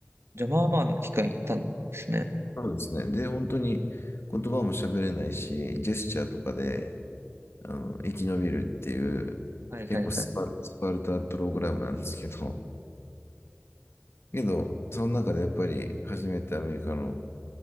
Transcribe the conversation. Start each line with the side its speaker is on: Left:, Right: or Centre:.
Right: じゃあまあまあの期間行ったんですね。
Left: そうですね。で、本当に言葉も喋れないし、ジェスチャーとかで、あの、生き延びるっていう、
Right: はいはいは
Left: 結構スパル、スパルタプログラムなんですけど、けど、その中でやっぱり初めてアメリカの